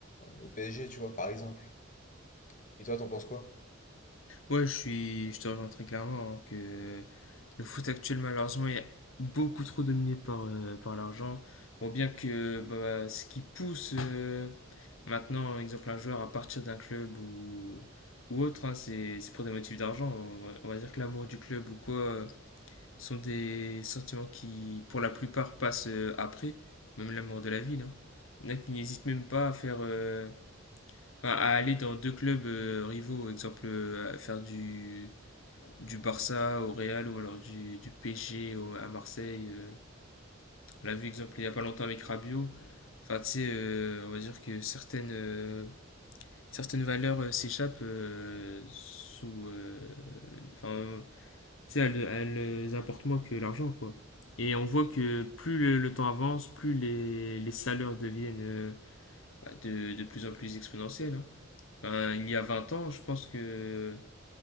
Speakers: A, on the left; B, on the left.
A: au PSG, tu vois, par exemple. Et toi, t'en penses quoi?
B: Ouais, je suis, je te rejoins très clairement hein, que le foot actuel malheureusement est beaucoup trop dominé par euh, par l'argent. Bon, bien que bah, ce qui pousse euh, maintenant, exemple un joueur à partir d'un club ou ou autre, hein, c'est c'est pour des motifs d'argent. On va, on va dire que l'amour du club ou quoi euh, sont des sentiments qui, pour la plupart, passent euh, après, même l'amour de la ville. hein. Il y en a qui n'hésitent même pas à faire euh, à à aller dans deux clubs euh, rivaux, exemple euh, à faire du, du Barça au Real ou alors du, du PSG au- à Marseille. euh. On l'a vu exemple il n'y a pas longtemps avec Rabiot. Enfin tu sais, euh, on va dire que certaines, euh, certaines valeurs euh, s'échappent euh, sous... euh, Enfin, tu sais, elles, elles apportent moins que l'argent quoi. Et on voit que plus le, le temps avance, plus les, les salaires deviennent euh, bah, de, de plus en plus exponentiels. hein. Enfin, il y a 20 ans, je pense que